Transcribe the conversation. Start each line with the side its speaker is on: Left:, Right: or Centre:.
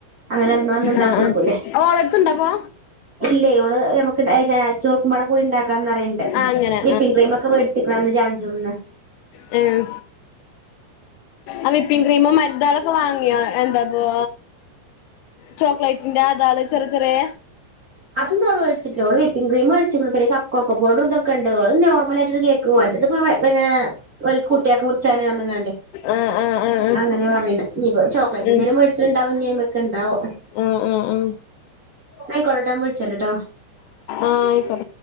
Right: അങ്ങനെ അന്ന് അന്ന് ഉണ്ടാക്കിവെക്കൂലേ
Left: ആഹ് ആഹ് ഓളെടുത്തുണ്ടാപ്പോ
Right: ഇല്ലേ ഓള് നമുക്ക് ഇണ്ടാക്കി ചോക്കുപാട കൂടി ഉണ്ടാക്കണന്ന് പറയിണ്ട്
Left: ആഹ് അങ്ങനെ
Right: വിപ്പിംഗ് ക്രീമൊക്കെ മേടിച്ചി അന്ന് ജാം ജും ന്ന്
Left: മ് ആഹ് വിപ്പിങ് ക്രീമും മറ്റതാളൊക്കെ വാങ്ങിയോ എന്താപ്പോ ചോക്ലേറ്റിന്റെ അതാള് ചെറി ചെറിയ
Right: അതൊന്നും അവള് വേടിച്ചിട്ടില്ല ഓള് വിപ്പിങ് ക്രീം വേടിച്ചിക്കണു പിന്നെ കപ് കൊക്കോ പൗഡർ ഇതൊ ക്കണ്ടും ഓള് നോർമലായിട്ടെന്നെ കേക്ക് ഓന്റതിപ്പോ പിന്നെ ഓല് കുട്ടികൾക്ക് മുറിച്ചാന് പറഞ്ഞുങ്ങാണ്ടേ
Left: ആഹ് ആഹ് ആഹ് ആഹ്
Right: അങ്ങനെ പറയ്ണ് ഇനിപ്പോ ചോക്ലേറ്റ്
Left: ഉം
Right: എന്തേലും വേ ച്ചിണ്ടാവും ഞ്ഞി അയ്മെക്ക് എന്താവോ
Left: ആഹ് ആഹ് ആഹ്
Right: ആയിക്കോളട്ടെ ഞാൻ വിളിച്ചോണ്ടുട്ടോ
Left: ആഹ് ആയി പറ